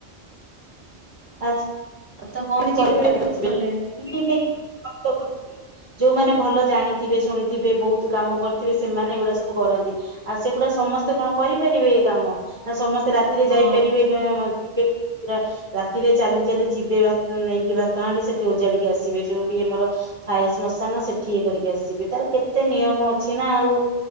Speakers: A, on the right; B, on the right.
A: <unintelligible>
B: ତ କଣ ଚିହ୍ନି ପାରିଲେନି କିଛି କଲେନି
A: ଯୋଉମାନେ ଭଲ ଜାଣିଥିବେ ଶୁଣିଥିବେ ବହୁତ୍ କାମ କରିଥିବେ ସେମାନେ ଏଗୁଡା ସବୁ କରନ୍ତି। ଆଉ ସେଗୁଡା ସମସ୍ତେ କଣ କରିପାରିବେ ଏଇ କାମ ନା ସମସ୍ତେ ରାତି ରାତି ରେ
B: ହଁ
A: ଯାଇପାରିବେ ବା ପୁରା ରାତିରେ ଚାଲି ଚାଲି ଯିବେ ବା <unintelligible> ନେଇକି ଭାତ ହାଣ୍ଡି ସେଠି ଓଜାଡିକି ଆସିବେ ଯୋଉଠି ଆମର ଥାଏ ଶ୍ମଶାନ ସେଠି ଇଏ କରିକି ଆସିବେ ତାର କେତେ ନିୟମ ଅଛି ନା ଆଉ